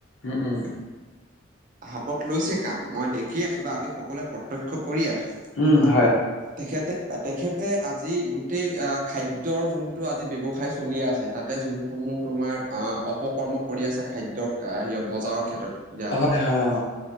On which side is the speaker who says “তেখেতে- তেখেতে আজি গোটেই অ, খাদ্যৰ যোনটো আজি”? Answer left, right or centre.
Right